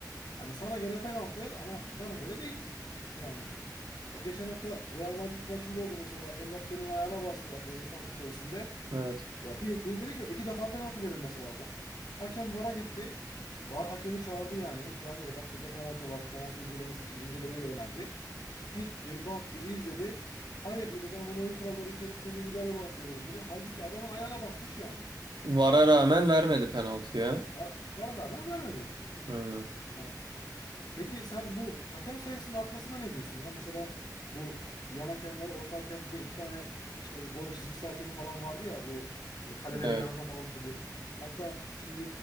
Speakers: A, on the left; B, on the right.
A: Hani sana göre penaltı ama bana göre değil. Yani bak geçen hafta Real Madrid maçında oldu mesela Mbappé'nin ayağına bastılar ceza sahası içerisinde.
B: Evet.
A: Ya bildiğin direkt yok. iki defa penaltı verilmesi lazım. Hakem VAR'a gitti. VAR hakemi çağırdı yani. Gel dedi bak burada penaltı var. Penaltı incelemesi için incelemeyi önerdi. Gitti, baktı, izledi. Hayır dedi ben bunu oyun kuralları içerisinde bir müdahale olarak görüyorum dedi. Halbuki adamın ayağına basmış yani.
B: VAR'a rağmen vermedi penaltıya.
A: Va- VAR'a rağmen vermedi.
B: Hı,
A: Yani Peki sen bu hakem sayısının artmasına ne diyorsun ya? Mesela bu yan hakemler, orta hakem bir de iki tane işte gol çizgisi hakemi falan vardı ya bu e, kalelerin
B: evet.
A: yanında falan duruyor. Hatta şimdi